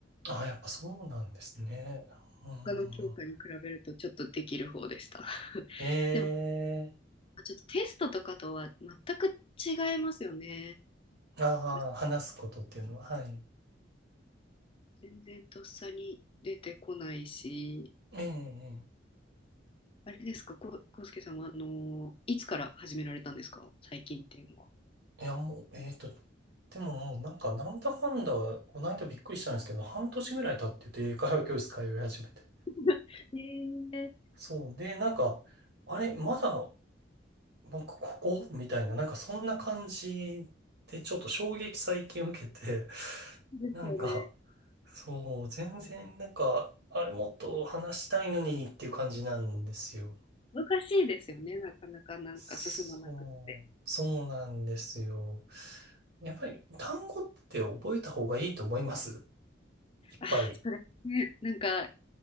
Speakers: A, on the right; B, on the left.
A: ああ、やっぱそうなんですね。うん。
B: 他の教科に比べるとちょっとできる方でした。<laughs>
A: ええ。
B: でも、ちょっとテストとかとは全く違いますよね。
A: ああ、
B: これ
A: 話すことっていうのは、はい。
B: 全然とっさに出てこないし、
A: ええ、え
B: あれですか、こうすけさんは、あのいつから始められたんですか、最近っていうのは。
A: えいや、もう、えっと、でももうなんか、なんだかんだ、この間びっくりしたんですけど、半年ぐらい経ってて、英会話教室通い始めて。
B: <laughs> えー、
A: そう。で、なんか、あれ、まだ、僕、ここみたいな、なんか、そんな感じで、ちょっと衝撃最近受けて、
B: ですよね。
A: なんか、そう、全然、なんか、あれ、もっと話したいのにっていう感じなんですよ。
B: 難しいですよね、なかなかなんか進まなくって。
A: そう、そうなんですよ。やっぱり単語って覚えた方がいいと思いますいっぱい。
B: ああ、それね、なんか